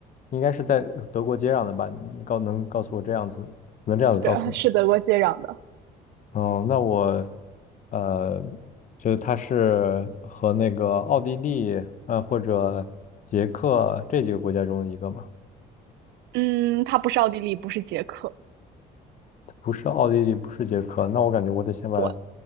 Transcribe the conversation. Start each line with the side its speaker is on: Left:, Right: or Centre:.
Left: 应该是在德国接壤的吧？你告能告诉我这样子，能这样子告诉
Right: 是是德国接壤的，
Left: 我？哦，那我呃，就是它是和那个奥地利呃或者捷克这几个国家中的一个嘛。
Right: 嗯，它不是奥地利，不是捷克，
Left: 不是奥地利，不是捷克，那我感觉我得先把，
Right: 对，